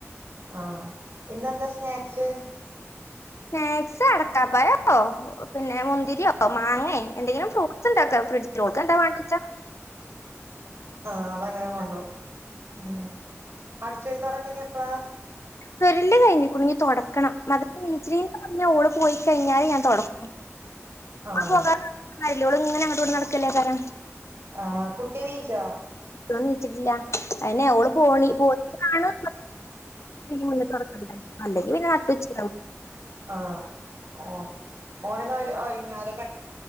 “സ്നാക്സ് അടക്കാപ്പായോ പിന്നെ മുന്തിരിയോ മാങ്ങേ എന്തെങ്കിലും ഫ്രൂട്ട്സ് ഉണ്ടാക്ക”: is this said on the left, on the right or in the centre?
Left